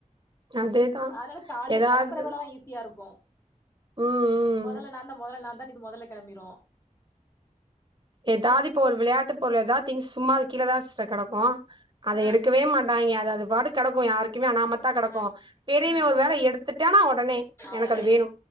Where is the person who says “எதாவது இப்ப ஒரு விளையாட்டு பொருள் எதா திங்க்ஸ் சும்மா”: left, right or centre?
Right